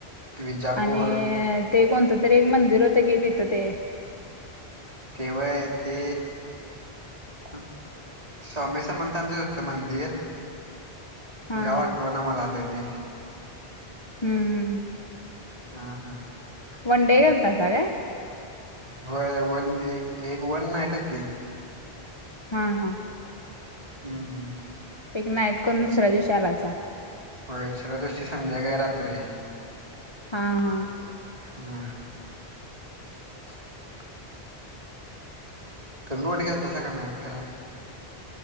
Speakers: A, on the right; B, on the left.
A: विजापूर
B: आणि ते कोणतं तरी एक मंदिर होतं की तिथं ते
A: केव्हा येते कोण स्वामी समंतांचं होतं मंदिर
B: हा हा
A: गावात टोना मलाता ती
B: हम्म हम्म
A: हा हा
B: वन डडे गता सग
A: होय वन एक एक वन नाईट होती.
B: हा हा
A: हम्म हम्म
B: एक नाईट करून दुसऱ्या दिवशी आलासा.
A: होय. दुसऱ्या दिवशी संध्याकाळी रात्री
B: हा हा
A: ह तुम्ही कुठं गेलतासा काय नाही फिरायला?